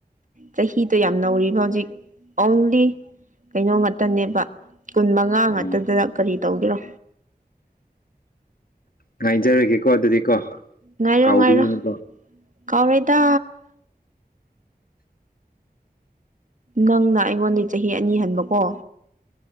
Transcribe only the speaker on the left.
ꯎꯝ
ꯉꯥꯏꯖꯔꯒꯦꯀꯣ ꯑꯗꯨꯗꯤꯀꯣ
ꯀꯥꯎꯕꯤꯒꯅꯨꯀꯣ